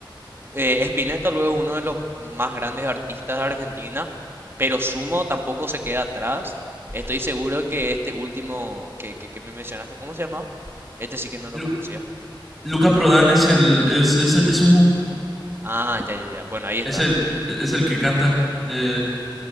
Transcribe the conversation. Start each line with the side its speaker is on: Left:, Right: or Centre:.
Right: eh, Spinetta luego es uno de los más grandes artistas de Argentina, pero Sumo tampoco se queda atrás. Estoy seguro que este último que, que, que me mencionaste, ¿cómo se llamaba? Este sí que no lo
Centre: Lu-
Right: conocía.
Centre: Luca Prodan es el, es, es el de Sumo,
Right: Ah, ya, ya, ya. Bueno, ahí está.
Centre: es el, es el que canta. eh,